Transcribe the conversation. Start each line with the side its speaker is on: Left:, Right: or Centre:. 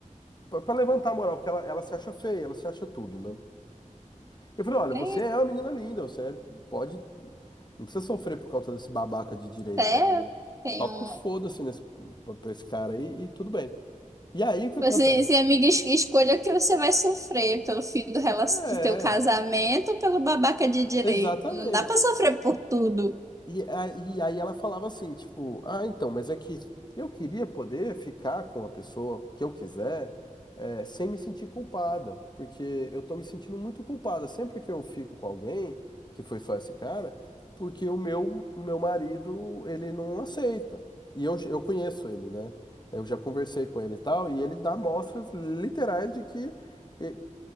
Left: Pra pra levantar a moral, porque ela, ela se acha feia, ela se acha tudo, né? Eu falei, olha,
Right: E
Left: você é uma menina linda, você é- pode Não precisa sofrer por conta desse babaca de direita
Right: Até
Left: aí, né?
Right: tem
Left: Toca
Right: um.
Left: o foda-se nesse, pra pra esse cara aí e tudo bem. E aí o que
Right: Você,
Left: acontece?
Right: se amiga, es- escolha o que você vai sofrer pelo fim do, rela-
Left: É, é,
Right: do teu casamento ou pelo babaca de direito.
Left: exatamente.
Right: Não dá pra sofrer por tudo.
Left: E, a- e aí ela falava assim, tipo, ah, então, mas é que eu queria poder ficar com a pessoa que eu quiser, eh, sem me sentir culpada, porque eu tô me sentindo muito culpada sempre que eu fico com alguém, que foi só esse cara, porque o meu, o meu marido, ele não aceita. E eu, eu conheço ele, né? Eu já conversei com ele e tal, e ele dá mostras literais de que eh,